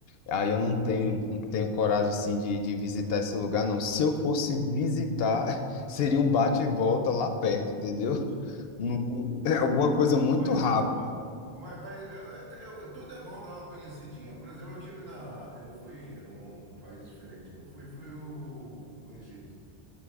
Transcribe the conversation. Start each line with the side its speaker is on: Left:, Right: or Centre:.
Left: Aí eu não tenho, não tenho coragem assim de, de visitar esse lugar, não. Se eu fosse visitar, <laughs> seria um bate e volta lá perto, entendeu? Não- <laughs> é alguma coisa muito
Right: Mas,
Left: rápida.
Right: ma- ô, Marco, mas eu- eu- eu- tudo é bom dar uma conhecidinha. Por exemplo, eu tive na. Eu fui. Um, um país diferente que eu fui, foi o, o Egito.